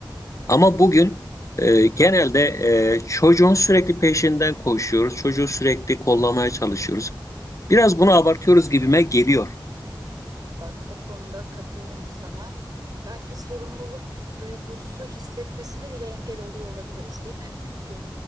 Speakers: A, on the right; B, on the left.
A: Evet.
B: Ama bugün e, genelde e, çocuğun sürekli peşinden koşuyoruz. Çocuğu sürekli kollamaya çalışıyoruz. Biraz bunu abartıyoruz gibime geliyor.
A: Bak o konuda katılırım sana. Belki sorumluluk duygusu hissetmesini bile engel oluyor olabiliriz, değil mi? Çünkü